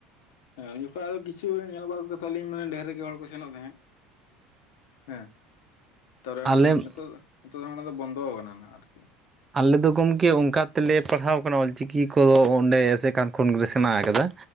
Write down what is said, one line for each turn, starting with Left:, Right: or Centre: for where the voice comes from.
Left: ᱦᱮᱸ ᱩᱱ ᱡᱚᱠᱷᱟᱡ ᱟᱫᱚ ᱠᱤᱪᱷᱩ ᱧᱮᱞ ᱵᱟᱲᱟ ᱠᱚᱜᱮ ᱛᱟᱦᱮᱸ ᱞᱤᱧ ᱢᱟᱱᱮ ᱰᱮᱦᱮᱨ ᱜᱮ ᱦᱚᱲ ᱠᱚ ᱥᱮᱱᱚᱜ ᱛᱟᱦᱮᱸᱫ, ᱦᱮᱸ, ᱛᱟᱨᱳᱱ
Right: ᱟᱞᱮ
Left: ᱱᱤᱛᱚᱜ ᱱᱤᱛᱚᱜ ᱫᱚ ᱦᱟᱸᱜ ᱚᱱᱟ ᱫᱚ ᱵᱚᱸᱫᱚ ᱟᱠᱟᱱᱟ ᱟᱨ-
Right: ᱟᱞᱮ ᱫᱚ ᱜᱚᱢᱠᱮ ᱚᱸᱠᱟ ᱛᱮᱞᱮ ᱯᱟᱲᱦᱟᱣ ᱟᱠᱟᱱᱟ ᱚᱞ ᱪᱤᱠᱤ ᱠᱚᱫᱚ ᱚᱸᱰᱮ ᱥᱮ ᱠᱟᱱ ᱠᱷᱚᱱ ᱜᱮᱞᱮ ᱥᱮᱱᱟ ᱦᱟᱠᱟᱫᱟ,